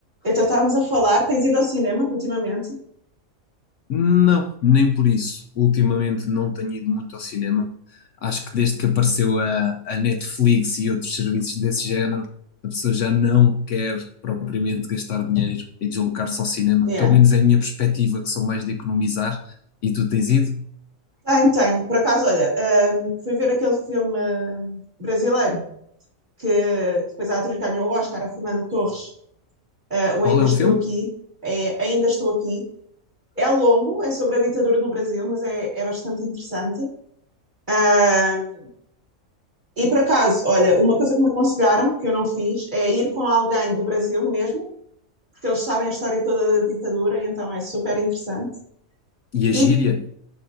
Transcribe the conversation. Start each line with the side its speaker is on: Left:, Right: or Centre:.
Right: Então estávamos a falar, tens ido ao cinema ultimamente?
Left: Não, nem por isso. Ultimamente não tenho ido muito ao cinema. Acho que desde que apareceu a, a Netflix e outros serviços desse género, a pessoa já não quer propriamente gastar dinheiro e deslocar-se ao cinema.
Right: Yeah.
Left: Pelo menos é a minha perspectiva, que sou mais de economizar. E tu tens ido?
Right: Tenho, tenho. Por acaso, olha, hum, fui ver aquele filme hum, brasileiro que depois a atriz ganhou o Oscar, a Fernanda Torres, eh, o
Left: Qual
Right: Ainda
Left: é
Right: Estou
Left: o filme?
Right: Aqui. É, Ainda Estou Aqui. É longo, é sobre a ditadura no Brasil, mas é, é bastante interessante. Ahm, e por acaso, olha, uma coisa que me aconselharam, que eu não fiz, é ir com alguém do Brasil mesmo, porque eles sabem a história toda da ditadura, então é super interessante.
Left: E
Right: E
Left: a gíria?